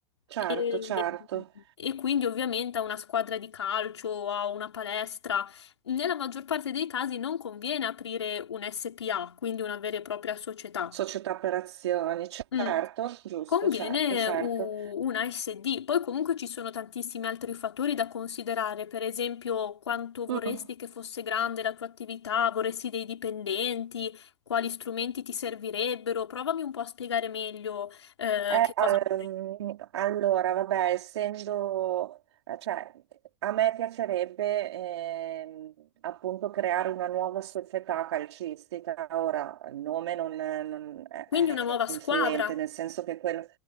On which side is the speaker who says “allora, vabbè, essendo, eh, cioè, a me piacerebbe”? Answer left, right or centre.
Right